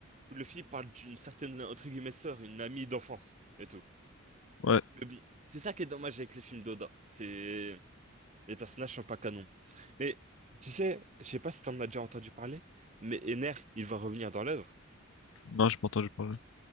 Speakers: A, on the right (about 35°); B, on the left (about 65°).
A: Luffy parle d'une certaine, entre guillemets, sœur, une amie d'enfance et tout.
B: ouais
A: Mais bon, c'est ça qui est dommage avec les films d'Oda. C'est, les personnages sont pas canons. Mais, tu sais, je sais pas si t'en as déjà entendu parler, mais Ener, il va revenir dans l'œuvre.
B: non je m'entends je parle.